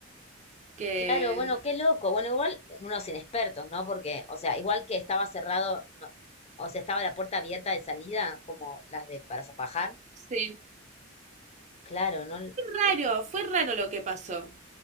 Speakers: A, on the right (about 35°); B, on the left (about 30°).
A: que
B: Claro, bueno, qué loco. Bueno, igual unos inexpertos, ¿no? Porque, o sea, igual que estaba cerrado, no- o sea, estaba la puerta abierta de salida, como las de para zapajar.
A: Sí.
B: Claro, ¿no?
A: raro, fue raro lo que pasó.